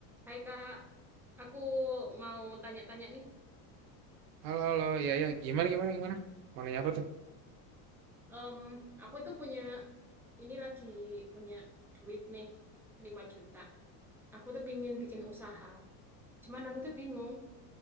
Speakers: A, in the centre; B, on the right (about 75°).
A: Hai Kak, aku mau tanya-tanya nih.
B: Halo, halo. Ya, ya. Gimana, gimana, gimana? Mau nanya apa tuh?
A: Em, aku itu punya, ini lagi punya duit nih, 5 juta. Aku tuh pingin bikin usaha. Cuman aku tuh bingung